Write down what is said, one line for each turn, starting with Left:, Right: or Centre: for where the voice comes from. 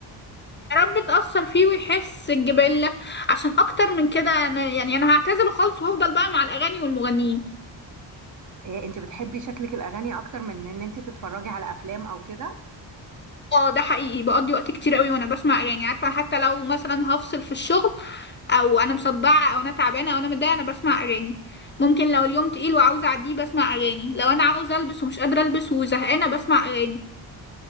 Left: يا رب تأثر فيه ويحس الجبلة عشان أكتر من كده أنا يعني أنا هعتزله خالص وأفضل بقى مع الأغاني والمغنيين
Right: آه، انت بتحبي شكلك الأغاني أكتر من إن انت تتفرجي على أفلام أو كده
Left: اه ده حقيقي بقضي وقت كتير قوي وأنا بسمع أغاني عارفة حتى لو مثلا هفصل في الشغل أو أنا مصدعة أو أنا تعبانة أو أنا متضايقة أنا بسمع أغاني ممكن لو اليوم تقيل وعاوزة أعديه بسمع أغاني لو أنا عاوزة ألبس ومش قادرة ألبس وزهقانة بسمع أغاني